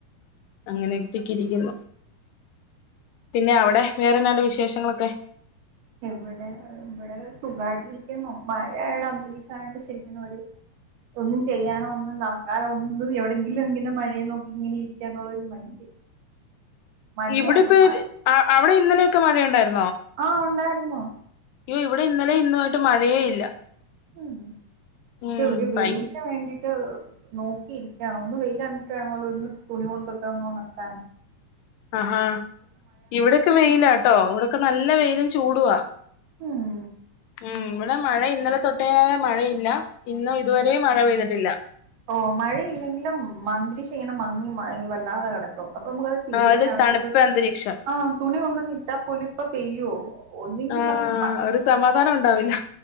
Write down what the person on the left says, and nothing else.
അങ്ങനെയൊക്കെക്കിരിക്കുന്നു പിന്നെ അവിടെ വേറെന്താണ്ട് വിശേഷങ്ങളൊക്കെ
ഇവിടെ പേ അവിടെ ഇന്നലെ ക്കെ മഴ ണ്ടായിരുന്നു
അയ്യോ ഇവിടെ ഇന്നലെ ഇന്നുമായിട്ട് മഴയേ ഇല്ല
ഉം
ഭയ
അഹാ ഇവിടെക്കെ വെയില കേട്ടോ ഇവിടൊക്കെ നല്ല വെയിലും ചൂടുവാ
ഉം ഇവിടെ മഴ ഇന്നലെ തൊട്ടോയ മഴയില്ല ഇന്നും ഇതുവരെയ മഴ പെയ്തിട്ടില്ല
ആ ഒരു തണുപ്പ്
അന്തരീക്ഷം
ആ
ഒരു സമാധാനം ഉണ്ടാവില്ല